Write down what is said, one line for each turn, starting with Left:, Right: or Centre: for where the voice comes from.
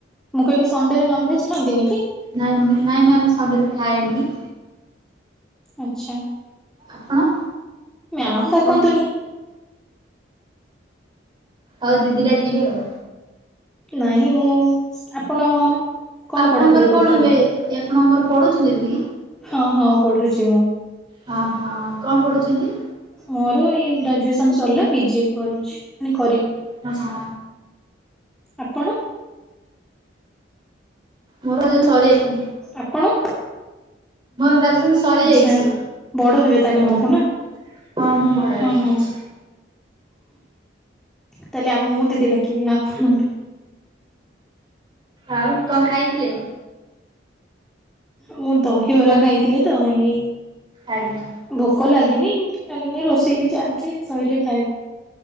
Centre: ମୁଁ କହିଲି ସଣ୍ଡେରେ ନନଭେଜ୍ ଖାଆନ୍ତିି ନି କି?
Right: ନାଇଁ ନାଇଁ ମ୍ୟାମ ସଣ୍ଡେରେ ଖାଏନି।
Centre: ଆଚ୍ଛା।
Right: ଆପଣ?
Centre: ମ୍ୟାମ୍ ଡାକନ୍ତୁନି?
Right: କଣ ଆଉ ଦିଦି ଡାକିବି ଆଉ।
Centre: ନାଇଁ ମୁଁ ଆପଣ କଣ
Right: ଆପଣଙ୍କର
Centre: ପଢାପଢି
Right: କଣ
Centre: କରୁଛନ୍ତି
Right: ଏବେ ଆପଣଙ୍କର ପଢୁଛନ୍ତି ବି?
Centre: ହଁ ହଁ ପଢୁଛି ମୁଁ।
Right: ହଁ ହଁ କଣ ପଢ଼ୁଛନ୍ତି?
Centre: ମୋର ଏଇ ଗ୍ରାଜୁଏସନ ସରିଲା ପିଜି କରୁଛି କରିବି।
Right: ହଁ।
Centre: ଆପଣ?
Right: ମୋର ସରି ଯାଇଛି।
Centre: ଆପଣ?
Right: ଗ୍ରାଜୁଏସନ୍ ସରିଯାଇଛି
Centre: ଆଚ୍ଛା ବଡ ହେବେ ତାହେଲେ
Right: ଆଜ୍ଞା।
Centre: ମୋଠୁ ନା?
Right: ହଁ ମୁଁ ବଡ
Centre: ହଁ
Right: ହେଇଯାଇଛି।
Centre: ହଁ। ତାହେଲେ ଆ ମୁଁ ଦିଦି ଡାକିବି ଆପଣ
Right: ଆଉ କଣ ଖାଇଥିଲେ?
Centre: ମୁଁ ଦହିବରା
Right: କଣ
Centre: ଖାଇଥିଲି ତ ଏଇ
Right: ଆଜ୍ଞା
Centre: ଭୋକ ଲାଗିନି ଲାଗିନି ରୋଷେଇ ବି ଚାଲିଛି ଶଇଲେ ଖାଇବି।